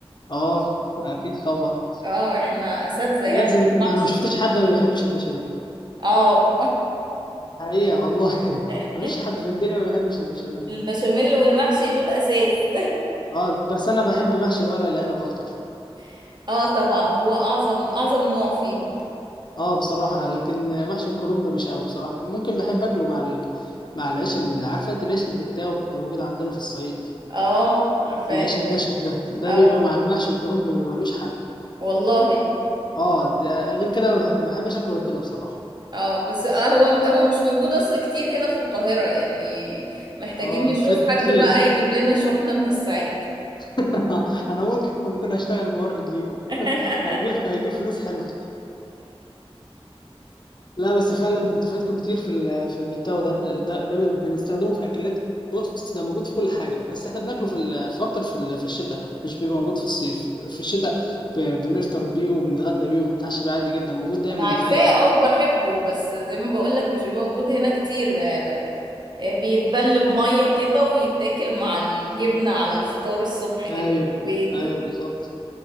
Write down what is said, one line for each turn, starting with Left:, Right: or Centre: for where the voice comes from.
Left: اه اكيد طبعا
Right: اه احنا أساتذة يعني
Left: لازم
Right: في المحشي
Left: انا ما شفتش حد ما بيحبش البشاميل
Right: اه
Left: حقيقة والله <laughs>
Right: <laughs>
Left: مفيش حد في الدنيا ما بيحبش البشاميل
Right: البشاميل والمحشي دول أساس
Left: اه بس انا بحب محشي ورق العنب اكتر
Right: <laughs> اه طبعا هو أعظم أعظم نوع فيهم
Left: اه بصراحة لكن محشي الكرنب مش قوي بصراحة ممكن بحب اكله مع ال... مع العيش اللي عارفة انت العيش البتاو ده موجود عندنا في الصعيد
Right: اه عارفاه
Left: العيش الناشف ده ده
Right: اه
Left: بيبقى
Right: ط-
Left: مع المحشي الكرنب بيبقى ملوش حل
Right: والله
Left: اه ده غير كده ما بحب ما بحبش اكله غير كده بصراحة
Right: اه بس آه هو هو مش موجود اصل كتير هنا في القاهرة يعني محتاجين
Left: اه انت
Right: نشوف
Left: فايتكوا
Right: حد
Left: كتير
Right: بقى يجيب لنا شحنة من الصعيد
Left: <laughs> انا ممكن ممكن اشتغل مورد ليكوا
Right: <laughs>
Left: <laughs> هيجيب هيجيب فلوس حلوة لا بس فعلا انتوا فايتكوا كتير في ال- في البتاو ده ده, ده بنستخدمه في اكلات بص ده موجود في كل حاجه بس احنا بناكله في ال- في اكتر في ال- في الشتاء مش بيبقى موجود في الصيف في الشتاء ب- بنفطر بيه وبنتغدى بيه وبنتعشى بيه عادي جدا موجود دايما
Right: انا عارفاه
Left: في اي
Right: اه
Left: اكل
Right: وبحبه بس زي ما بقولك مش بيبقى موجود هنا كتير ب- ب- بيتبل بمية كده ويتاكل مع الجبنة على الفطار الصبح جبن
Left: ايوه
Right: بيض
Left: ايوه بالظبط